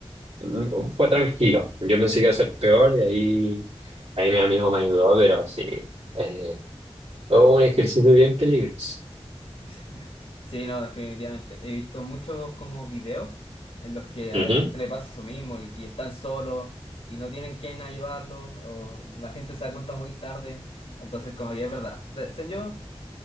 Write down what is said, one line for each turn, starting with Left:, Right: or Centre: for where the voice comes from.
Right: mm, fue tranquilo. Yo pensé
Left: Ya,
Right: que iba a ser peor y ahí, ahí
Left: ya.
Right: mi amigo me ayudó, pero sí. eh, o un ejercicio bien peligroso.
Left: <laughs> Sí, no, definitivamente. He visto muchos como videos en los que a
Right: Ujú.
Left: la gente le pasa eso mismo y, y están solos y no tienen quien ayudarlos o la gente se da cuenta muy tarde. Entonces, como que es verdad. De- según